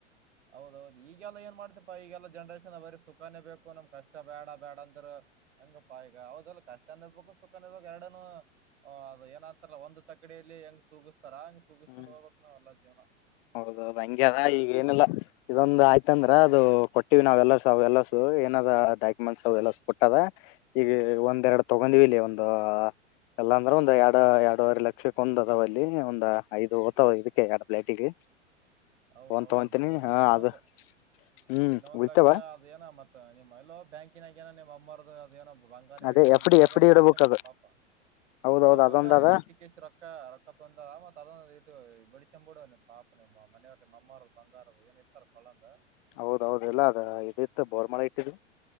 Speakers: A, on the right; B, on the left.
A: ಹೌದೌದು ಈಗೆಲ್ಲ ಏನ್ ಮಾಡ್ತಿ <unintelligible> ಪ್ಪ ಈಗೆಲ್ಲ ಜನ್ರೇಷನ್ ಬರೀ ಸುಖನೇ ಬೇಕು ನಮ್ ಕಷ್ಟ ಬೇಡ ಬೇಡ ಅಂತರೇ. ಹೆಂಗಪ್ಪ ಈಗ ಹೌದಲ್ಲಾ ಕಷ್ಟನು ಇರ್ಬೇಕು ಸುಖನು ಇರ್ಬೇಕು ಎರಡನು. ಹೊ ಅದು ಏನಂತಾರಲ್ಲ ಒಂದು ತಗಡಿಯಲ್ಲಿ ಹೆಂಗ್ ತೂಗುಸ್ತರಾ ಹಂಗ್ ತೂಗಸ್ಕೊಂಡ್
B: ಹ್ಮ್
A: ಹೋಗ್ಬೇಕ್ ನಾವ ಎಲ್ಲ ಜೀವನ.
B: ಹೌದೌದು ಹಂಗ್ಯದ ಈಗ ಏನಲ್ಲ. ಇದೊಂದು ಆಯ್ತ ಅಂದ್ರ ಅದು ಕೊಟ್ಟಿವಿ ನಾವ್ ಎಲ್ಲ ಎಲ್ಲಸು ಏನದ ಡಾಕ್ಯುಮೆಂಟ್ಸ್ ಎಲ್ಲ ಕೊಟ್ಟದ. ಈಗ ಒಂದೆರಡು ತೋಂಬಂದೀವಿ ಇಲ್ಲೀ ಒಂದು. ಎಲ್ಲಾ ಅಂದ್ರು ಒಂದ್ ಎರಡು ಎರಡೂವರೆ ಲಕ್ಷಕ್ಕ ಒಂದ ಅದಾವ್ ಅಲ್ಲಿ ಒಂದು. ಐದು ಹೊತವ ಇದಕ್ಕೆ ಎರಡು ಪ್ಲೇಟಿಗೆ.
A: ಹೌದೌದು
B: ಒಂದ್ ತಗೊಂತೀನಿ
A: ಮತ್ತ ಹುಳ್ಕಿದ
B: ಹಾ
A: ಇನ್ನೋ
B: ಅದು
A: ಒಂದು
B: ಹ್ಮ್
A: ಇನ್ನೋ ಒಂದ್
B: ಉಳಿತಾವ
A: ಲಕ್ಷ. ಅದ ಏನ ಮತ್ತ ನಿಮ್ಮ್ ಎಲ್ಲೋ ಬ್ಯಾಂಕಿನಾಗ ಏನ ನಿಮ್ಮ್ ಅಮ್ಮರ್ದು ಅದ ಏನೋ ಬಂಗಾರ
B: ಅದೇ
A: ಇಟ್ಟಿದಂತಲ್ಲ
B: ಎಫ್ ಡಿ ಎಫ್
A: ಅದೊಂದ್
B: ಡಿ ಇಡ್ಬೇಕ
A: ಬಿಡಸ್ಕೋಂ ಬಿಡು
B: ಅದು
A: ಪಾಪ
B: ಹೌದೌದು
A: ಇಲ್ಲ ಬಂಗಾರನ
B: ಅದೊಂದ ಅದ
A: ಇಟ್ಟಿಕೇಶ್ ರೋಕ್ ರಕ್ಕ ರೊಕ್ಕ ತೊಂದ ತದ ಮತ್ ಅದೊಂದ್ ಇದು ಬಿಡುಸ್ಕೋಂಬಿಡು ಪಪ ನಿಮ್ಮ ಮನೆಯವ್ರು. ನಿಮ್ ಅಮ್ಮಾರದು ಬಂಗಾರದ ಏನ್ ಇತಾರ ಕೋಳ್ಳಗ.
B: ಹೌದೌದು ಎಲ್ಲಾ ಅದು ಇದಿತ್ತು ಬೋರ್ಮಳ ಇಟ್ಟಿದ್.